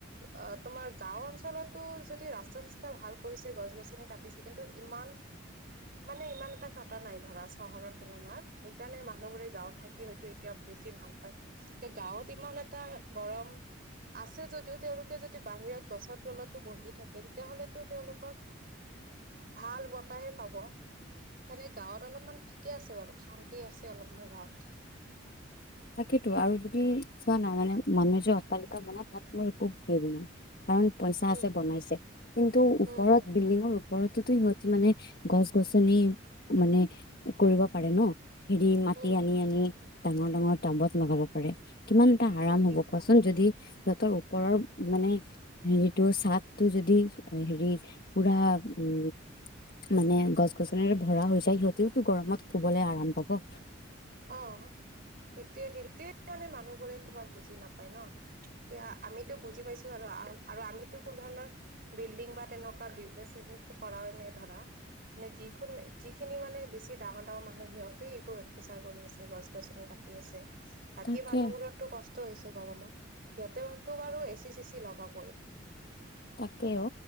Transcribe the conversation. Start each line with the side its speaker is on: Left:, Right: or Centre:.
Right: অ তোমাৰ গাও অঞ্চলতো যদি ৰাস্তা চাস্তা ভাল কৰিছে গছ গছনি কাটিছে কিন্তু ইমান আন মানে ইমান এটা কটা নাই ধৰা চহৰৰ তুলনাত সেইকাৰণে মানুহ বোৰে গাঁৱত থাকি হয়তো এতিয়া বেচি ভাল পায় গাঁৱত ইমান এটা গৰম আছে যদিও তেওঁলোকে যদি বাহিৰত গছৰ তলতো বহি থাকে তেতিয়াাহলেতো তেওঁলোকৰ ভাল বতাহে পাব। সানে গাঁৱত অলপমান ঠিকে আছে বাৰু শান্তি আছে অলপমান গাঁৱত।
Left: তাকেইেতো আৰু যদি চোৱা না মানে মানুহে যে অট্টালিকা বনাই তাত মোৰ একো হেৰি নাই। কাৰণ পইচা
Right: হম
Left: আছে বনাইছে কিন্তু
Right: হম
Left: ওপৰত
Right: হম
Left: বিল্ডিঙৰ ওপৰত টো সিহঁতি মানে গছ গছনি মানে কৰিব পাৰে ন। হেৰি মাটি
Right: হম
Left: আনি
Right: হম
Left: আনি ডাঙৰ ডাঙৰ টাবত লগাব পাৰে। কিমান এটা আৰাম
Right: তাকেই
Left: হ'ব
Right: তাকেই
Left: কোৱাচোন যদি। সিহতৰ ওপৰৰ মানে হেৰিটো ছাদটো যদি হেৰি পুৰা। উম। মানে গছ গছনিৰে ভৰা হৈ যায় সিহতিওতো গৰমত শুবলে আৰাম পাব।
Right: অ সেইটোয়ে সেইটোৱে মানে মানুহবোৰে তোমাৰ বুজি নাপায় ন। এতিয়া আমিতো বুজি পাইছো আৰু আমিতো কোনো ধৰণৰ বিল্ডিং বা তেনেকুৱা বিজনেচ। কৰা হয় নাই ধৰা। মানে যিখন যিখিনি মানে বেছি ডাঙৰ ডাঙৰ মানুহ সিহঁতে এইবোৰ। প্ৰচাৰ কৰি আছে গছ গছনি কাটি আছে বাকী
Left: তাকে
Right: মানুহ বোৰতটো কষ্ট হৈছে। গৰমত সিহতেটো বাৰু এচি চিচি লগাবই।
Left: তাকও।